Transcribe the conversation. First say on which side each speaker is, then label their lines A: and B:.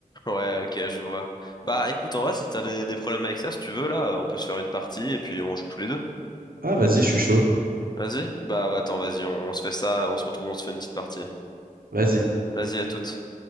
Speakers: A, on the left; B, on the right.
A: Ouais, ok, je vois. Bah écoute, en vrai, si t'as des, des problèmes avec ça, si tu veux, là, euh, on peut se faire une partie et puis on joue tous les deux.
B: Ah, vas-y, je suis chaud.
A: Vas-y? Bah, bah attends, vas-y, on on se fait ça, on se retrouve, on se fait une petite partie.
B: Vas-y.
A: Vas-y, à toutes.